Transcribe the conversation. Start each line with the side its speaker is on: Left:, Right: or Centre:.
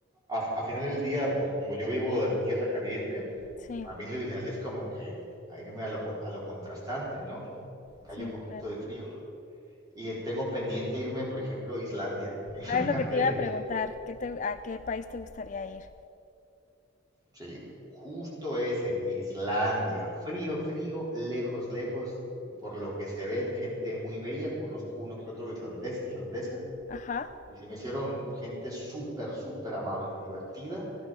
Right: a final del día, pues como yo vivo de tierra caliente,
Left: sí,
Right: a mí lo ideal es como que irme a lo, con- a lo contrastante, ¿no? Que
Left: sí,
Right: haya un poquito
Left: claro.
Right: de frío. Y eh, tengo pendiente irme, por ejemplo, a Islandia. <laughs> A mí
Left: A
Right: me
Left: ver
Right: encantaría
Left: lo que te iba a preguntar,
Right: ir
Left: ¿qué te, a qué país te gustaría ir?
Right: Sí, justo ese, Islandia. Frío, frío, lejos, lejos. Y por lo que se ve, gente muy bella. Conozco uno que otro islandés, islandesa.
Left: Ajá.
Right: Y se me hicieron gente súper, súper amable, divertida